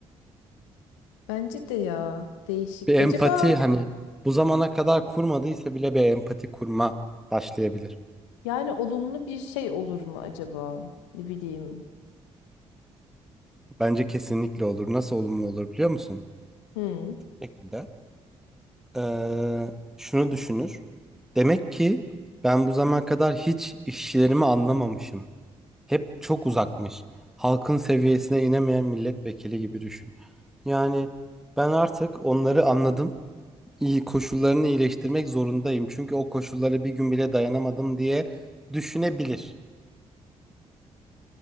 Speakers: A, on the left (about 85°); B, in the centre.
A: Bence de ya değişik.
B: Bir empati
A: Acaba
B: hani bu zamana kadar kurmadıysa bile bir empati kurma başlayabilir.
A: yani olumlu bir şey olur mu acaba? Ne bileyim.
B: Bence kesinlikle olur. Nasıl olumlu olur biliyor musun?
A: Hı,
B: Bu şekilde. eee, şunu düşünür. Demek ki ben bu zamana kadar hiç işçilerimi anlamamışım. Hep çok uzakmış. Halkın seviyesine inemeyen milletvekili gibi düşün. Yani ben artık onları anladım. İyi koşullarını iyileştirmek zorundayım. Çünkü o koşullara bir gün bile dayanamadım diye düşünebilir.